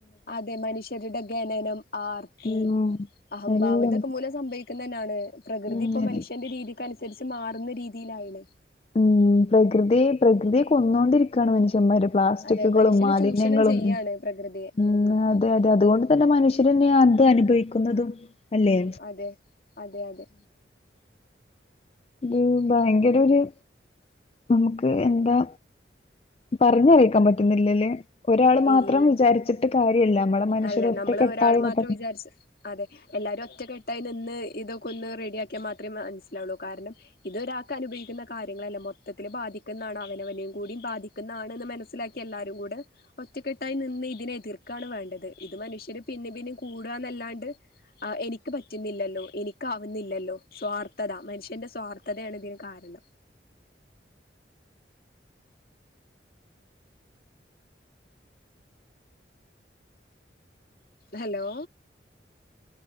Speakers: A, on the left; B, on the left.
A: അതെ മനുഷ്യരുടെ ഖനനം ആർത്തി
B: ഉം
A: അഹംഭാവ്
B: എല്ലാം
A: ഇതൊക്കെ മൂലം സംഭവി ക്ക്ന്നെന്നാണ് പ്രകൃതി
B: ഉം
A: ഇപ്പൊ മനുഷ്യന്റെ രീതിക്ക് അനുസരിച്ച് മാറുന്ന രീതീലായിലെ
B: ഉം പ്രകൃതി പ്രകൃതി കൊന്നോണ്ടിരിക്കാണ് മനുഷ്യമ്മാരും പ്ലാസ്റ്റിക്കുകളും
A: അതെ മനുഷ്യന്
B: മാലിന്യങ്ങളും
A: ചൂഷണം ചെയ്യാണ് പ്രകൃതിയെ
B: ഉം അതെ അതെ അതുകൊണ്ട് തന്നെ മനുഷ്യരെന്ന്യ അത് അനുഭവിക്കുന്നതും അല്ലേ
A: അതെ അതെ അതെ
B: യൂ ഭയ്ങ്കര ഒര് നമുക്ക് എന്താ പറഞ്ഞറീക്കാൻ പറ്റുന്നില്ലല്ലേ ഒരാള് മാത്രം
A: ഇല്ല
B: വിചാരിച്ചിട്ട് കാര്യല്ല അമ്മളെ മനുഷ്യർ
A: അല്ല
B: ഒറ്റ
A: നമ്മള്
B: കെട്ടായി
A: ഒരാള്
B: <unintelligible>
A: മാത്രം വിചാരിച്ച് അതെ എല്ലാരും ഒറ്റക്കെട്ടായി നിന്ന് ഇതൊക്കെ ഒന്ന് റെഡിയാക്ക്യാ മാത്രേ മൻസ്ലാവൊള്ളൂ കാരണം ഇതൊരാക്ക് അനുഭവിക്കുന്ന കാര്യങ്ങളല്ല മൊത്തത്തില് ബാധിക്കുന്നാണ് അവനവനെം കൂടിം ബാധി ക്കിന്നണ്ന്ന് മനസ്സിലാക്കി എല്ലാരും കൂടെ ഒറ്റക്കെട്ടായി നിന്ന് ഇതിനെ എതിർക്കാണ് വേണ്ടത് ഇത് മനുഷ്യര് പിന്നിം പിന്നിം കൂട ന്നല്ലാണ്ട് അഹ് എനിക്ക് പറ്റ്ന്നില്ലല്ലോ എനിക്കാവ്ന്നില്ലല്ലോ സ്വാർഥത മന്ഷ്യന്റെ സ്വാർത്ഥതേണ് ഇതിന് കാരണം ഹലോ